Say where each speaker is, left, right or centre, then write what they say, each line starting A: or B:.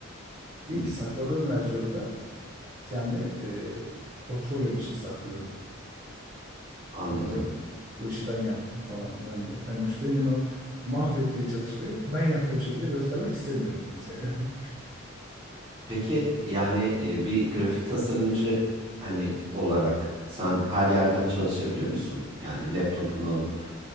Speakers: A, on the right; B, on the right.
A: İlk
B: Hmm.
A: sakladığım
B: a-
A: versiyonu da kendi e, portfolyom için saklıyorum.
B: Anladım.
A: Hani ve bu işi ben yaptım falan filan diye. Hani müşterinin o mahvettiği çalışmayı ben yaptığım şekilde göstermek istemiyorum kimseye. <laughs>
B: Peki yani e, bir grafik tasarımcı hani olarak sen her yerden çalışabiliyor musun? Yani laptopunu alıp